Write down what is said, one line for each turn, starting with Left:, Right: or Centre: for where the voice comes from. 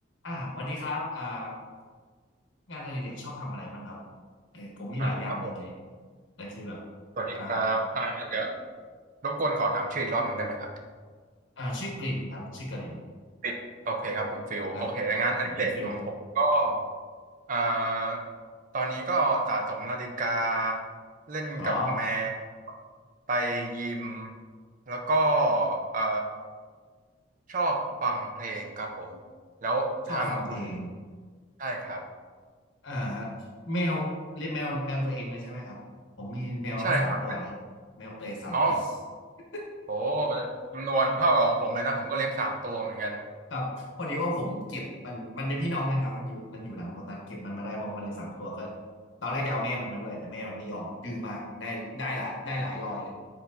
Left: อ่าวันนี้ครับอ่างานอดิเรกชอบทำอะไรบ้างครับเออผมมีหลายอย่างเลยแต่
Right: อ่าครับผม
Left: แต่คือแบบ
Right: สวัสดีครับอ่าเดี๋ยว
Left: อ่า
Right: รบกวนขอถามชื่ออีกรอบหนึ่งได้ไหมครับ
Left: อ่าชื่อกลินครับชื่อกลิน
Right: ฟิลโอเคครับผมฟิลโอเคงั้นอดิเรกของผมก็
Left: อ่ะอ่าคุณฟิล
Right: อ่าตอนนี้ก็สะสมนาฬิกาเล่นกับแม
Left: อ๋อ
Right: วไปยิมแล้วก็เอ่อชอบฟังเพลงครับผมแล้วทางคุณ
Left: ชอบฟังเพลง
Right: ใช่ครับ
Left: อ่าฮะแมวเลี้ยงแมวแมวตัวเองเลยใช่ไหมครับผมมีแมวทั้งสามตัวเนี่ยแมวเปรย์สามตัว
Right: ใช่ครับเป็นอ๋อ
Left: <laughs>
Right: โหจำนวนเท่ากับของผมเลยนะผมก็เลี้ยงสามตัวเหมือนกัน
Left: ครับพอดีว่าผมเก็บมันมันเป็นพี่น้องกันครับมันอยู่มันอยู่หลังรถนะเก็บมันมาได้พร้อมกันเลยสามตัวก็ตอนแรกจะเอาแม่มันมาด้วยแต่แม่มันไม่ยอมดื้อมากได้ได้หลายได้หลายรอยเลย